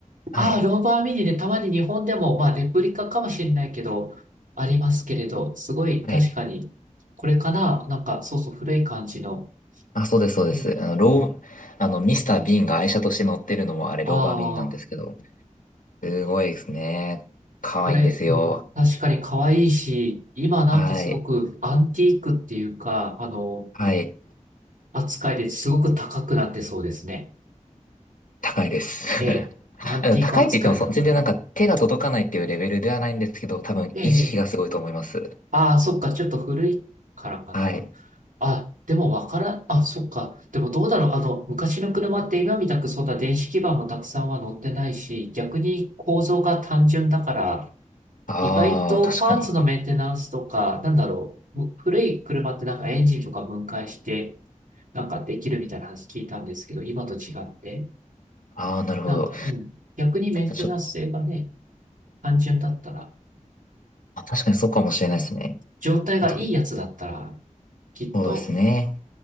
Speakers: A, on the left; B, on the right.
A: はい。
B: あ、ローバー・ミニでたまに日本でも、まあ、レプリカかもしれないけど、ありますけれど、すごい確かに、
A: はい。
B: これかななんか、そうそう、古い感じの。
A: あ、そうです、そうです。
B: ね、
A: あの、ロー、あの、ミスター・ビーンが愛車として乗ってるのもあれ、
B: ああ。
A: ローバーミニなんですけど、すごいですね。可愛いんですよ。
B: これ、うん、確かに可愛いし、今なんかすごくアンティークっていうか、
A: はい。
B: あの、
A: はい。
B: 扱いですごく高くなってそうですね。
A: 高いです。
B: ええ、
A: <laughs>
B: アンティーク扱いだから。
A: あの、高いって言ってもそ、全然なんか手が届かないっていうレベルではないんですけど、多分維持費がすごいと思います。
B: ええ、ああ、そっか、ちょっと古いからかな。
A: はい。
B: あ、でもわからん、あ、そっか。でもどうだろう、あの、昔の車って今みたくそんな電子基板もたくさんは乗ってないし、逆に構造が単純だから、
A: ああ、
B: 意外とパーツのメンテナンスとか、
A: 確かに。
B: なんだろう、む古い車ってなんかエンジンとか分解して、なんかできるみたいな話聞いたんですけど、今と違って、
A: ああ、なるほど。
B: なんか、うん、逆にメンテナンス性がね、
A: ちょっと、
B: 単純だったら、
A: まあ確かにそうかもしれないですね。
B: うん状態がいいやつだったら、
A: あと、
B: きっと、
A: そうですね。